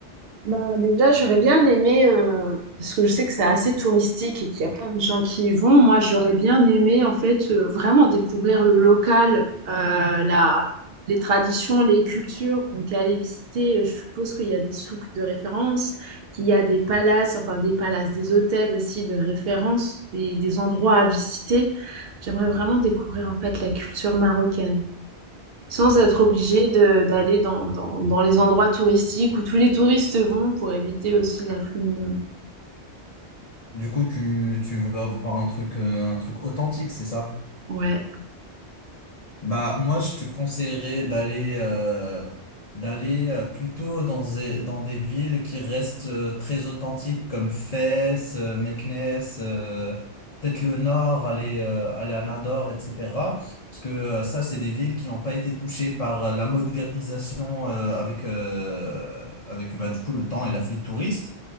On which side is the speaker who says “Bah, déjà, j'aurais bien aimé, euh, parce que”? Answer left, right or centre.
Right